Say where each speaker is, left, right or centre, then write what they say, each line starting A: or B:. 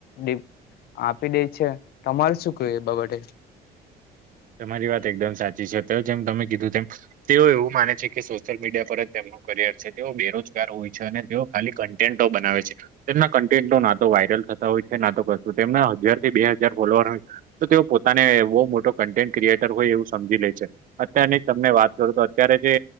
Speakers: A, on the left; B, on the right.
A: આપી દે છે તમારે શું કહેવુ એ બાબતે?
B: તમારી વાત એકદમ સાચી છે, તો જેમ તમે કીધું તેમ તેઓ એવું માને છે. કે સોશિયલ મીડિયા પર જ તેમ કારિયા છે તેઓ બેરોજગાર હોય છે અને તેઓ ખાલી કોન્ટેન્ટો બનાવે છે. તેમના કન્ટેન્ટ ના તો વાયરલ થતા હોય છે ના તો કશું તેમના હજારથી બે હજાર ફોલોવર તો તેઓ પોતાને બહુ મોટો કન્ટેન્ટ ક્રિએટર હોય એવું સમજી લે છે. અત્યની તમને વાત કરો તો અત્યારે જે